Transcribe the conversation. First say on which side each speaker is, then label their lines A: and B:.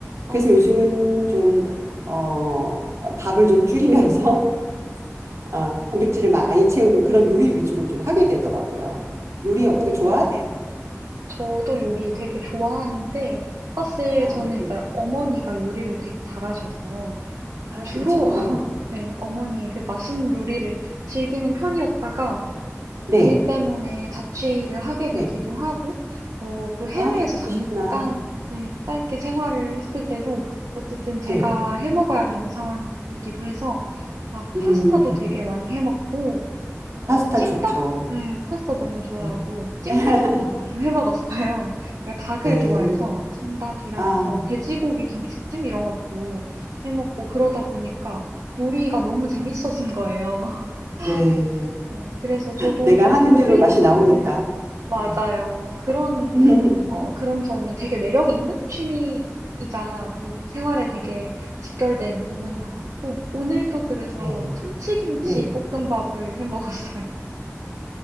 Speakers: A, on the right; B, on the right.
A: 그래서
B: 어,
A: 요즘은 좀, 어, 밥을 좀 줄이면서 <laughs> 아, 단백질을 많이 채우는 그런 요리 위주로 좀 하게 되더라고요. 요리
B: 어.
A: 어떻게 좋아?
B: 저도 요리 되게 좋아하는데 사실
A: 아,
B: 저는
A: 네.
B: 이제 어머니가 요리를 되게 잘하셔서
A: 아,
B: 주로
A: 그쵸.
B: <laughs> 네, 어머니의 그 맛있는 요리를 즐기는 편이었다가 뭐
A: 네.
B: 일 때문에 자취를 하게 되기도
A: 네.
B: 하고 뭐 또 해외에서
A: 아, 그러시구나.
B: 잠깐 네, 짧게 생활을 했을 때도 어쨌든 제가
A: 네.
B: 해 먹어야 되는 상황이기도 해서 막
A: 음,
B: 파스타도 되게 많이 해 먹고 어,
A: 파스타
B: 찜닭,
A: 좋죠.
B: 네, 파스타 너무 좋아하고,
A: 네.
B: 찜닭도
A: <laughs>
B: 좀 해 먹었어요. <laughs> 내가 닭을
A: 네.
B: 좋아해서, 찜닭이랑
A: 아,
B: 뭐, 돼지고기 김치찜 이런 것도 해 먹고, 그러다 보니까 요리가 너무 재밌어진 거예요. <laughs>
A: 네.
B: 네, 그래서 저도
A: 내가 하는
B: 요리를,
A: 대로 맛이 나오니까.
B: 네, 맞아요.
A: 네.
B: 그런,
A: <laughs>
B: 어, 그런 점이 되게 매력 있는 취미이자 또 생활에 되게 직결된 부분인 것 같고, 오늘도 그래서
A: 네.
B: 참치김치
A: 네.
B: 볶음밥을 해 먹었어요.